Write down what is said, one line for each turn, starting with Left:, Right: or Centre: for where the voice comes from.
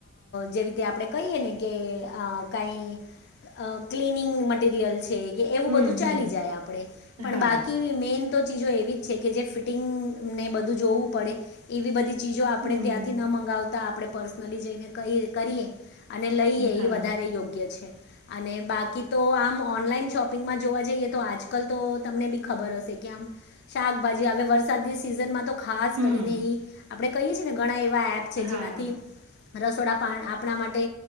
Left: જેવી રીતે આપણે કહીએ ને કે અ કઈ અ ક્લીનિંગ મટીરિયલ છે. એવું
Right: હમ,
Left: બધું
Right: હમ.
Left: ચાલી જાય આપે પણ
Right: હા.
Left: બાકી મેન તો ચીજો એવી જ છે કે જે ફિટિંગને બધું જોવું પડે એવી બધી ચીજો આપણે
Right: હમ.
Left: ત્યાંથી ન મંગાવ આપણે પર્સનલી જઈને કહી કરીએ અને લઈએ
Right: હા.
Left: એ વધારે યોગ્ય છે. અને બાકી તો આમ ઓનલાઈન શોપિંગમાં જોવા જઈએ તો આજકાલ તો તમને બી ખબર હશે. શાકભાજી હવે વરસાદ સિઝનમાં તો ખાસ
Right: હમ.
Left: કરીને એ આપડે કહીએ છીએ ને ઘણા એપ
Right: હા,
Left: છે જેનાથી રસોડા પા આપણા માટે